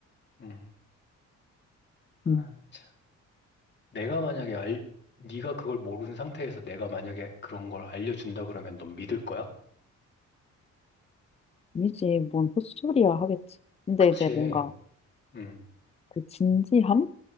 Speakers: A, on the left; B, on the left.
A: 음. 아,
B: 음,
A: 참. 내가 만약에 알, 네가 그걸 모르는 상태에서 내가 만약에 그런 걸 알려준다 그러면 넌 믿을 거야?
B: 아니지, 뭔 헛소리야 하겠지. 근데
A: 그치.
B: 이제 뭔가
A: 음.
B: 그 진지함을